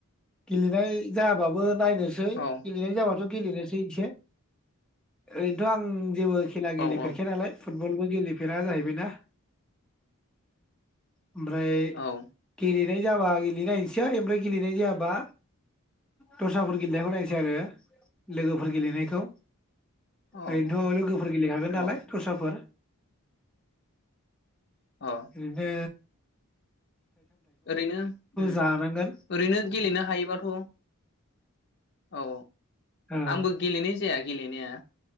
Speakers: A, in the centre; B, on the left (about 50°).
A: गेलेनाय जायाबाबो नायनोसै
B: औ
A: गेलेनाय जाबाथ' गेलेनोसै इसे ओरैनोथ' आं जेबो खेला गेलेफेरखाया
B: औ औ
A: नालाय फुटबलबो गेलेफेरा जाहैबायना। ओमफ्राय <unintelligible>
B: औ
A: लेनाय गेलेनाय जाबा गेलनायनोसै ओमफ्राय गेलेनाय जाबा दस्राफोर गेलेनायखौ नायनोसै आरो लोगोफोर गेलेनायखौ
B: औ
A: ओरैनोथ' लोगोफोर गेलेखागोन नालाय
B: औ
A: दस्राफोर
B: औ
A: बिदनो
B: ओरैनो उम
A: जानांगोन
B: ओरैनो गेलेनो हायोबाथ' औ
A: औ
B: आंबो गेलेनाय जाया गेलेनाया